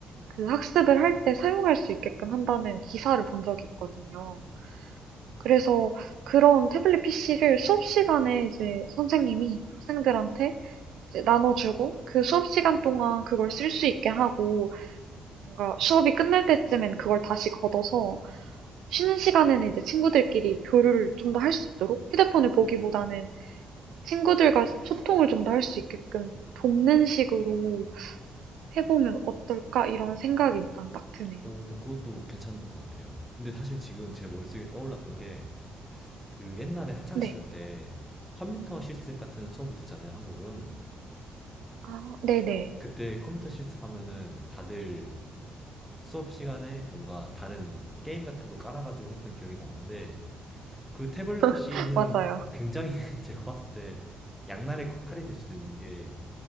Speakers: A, on the right; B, in the centre.
A: 그 학습을 할 때 사용할 수 있게끔 한다는 기사를 본 적이 있거든요. 그래서 그런 태블릿 PC를 수업 시간에 이제 선생님이 학생들한테 이제 나눠주고 그 수업 시간 동안 그걸 쓸 수 있게 하고 뭔가 수업이 끝날 때쯤엔 그걸 다시 걷어서 쉬는 시간에는 이제 친구들끼리 교류를 좀 더 할 수 있도록 휴대폰을 보기보다는 친구들과 소통을 좀 더 할 수 있게끔 돕는 식으로 해보면 어떨까 이런 생각이 일단 딱 드네요.
B: 오, 그것도 괜찮은 것 같아요. 근데 사실 지금 제 머릿속에 떠올랐던 게 그 옛날에 학창시절
A: 네.
B: 때 컴퓨터 실습 같은 수업을 듣잖아요, 한국은.
A: 아, 네네.
B: 그때 컴퓨터 실습하면은 다들 수업 시간에 뭔가 다른 게임 같은 걸 깔아 가지고 했던 기억이 나는데 그 태블릿 PC는
A: <laughs> 맞아요.
B: 굉장히 <laughs> 제가 봤을 때 양날의 칼이 될 수도 있는 게